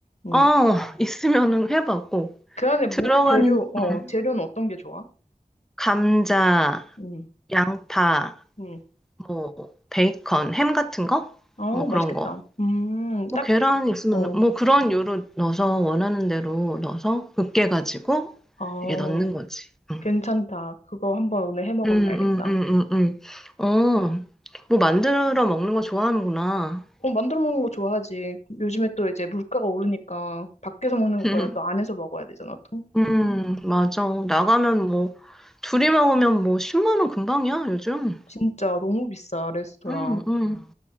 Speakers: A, on the left; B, in the centre.
A: 음.
B: 어, 있으면은 해봐, 꼭.
A: 그 안에 뭐,
B: 들어가는,
A: 재료, 어,
B: 음,
A: 재료는 어떤 게 좋아?
B: 감자,
A: 음,
B: 양파,
A: 음.
B: 뭐, 베이컨, 햄 같은 거?
A: 아,
B: 뭐 그런
A: 맛있겠다.
B: 거.
A: 음,
B: 뭐
A: 딱,
B: 계란 있으면,
A: 어,
B: 뭐 그런 요로 넣어서 원하는 대로 넣어서 으깨가지고
A: 아,
B: 이게 넣는 거지. 응.
A: 괜찮다. 그거 한번 오늘 해 먹어봐야겠다.
B: 음, 음, 음, 음, 음. 어, 뭐 만들어 먹는 거 좋아하는구나.
A: 어, 만들어 먹는 거 좋아하지. 요즘에 또 이제 물가가 오르니까 밖에서 먹는
B: <laughs>
A: 것보다 또 안에서 먹어야 되잖아, 또.
B: 음, 맞아. 나가면 뭐, 둘이 먹으면 뭐, 10만 원 금방이야, 요즘.
A: 진짜 너무 비싸, 레스토랑.
B: 음, 음,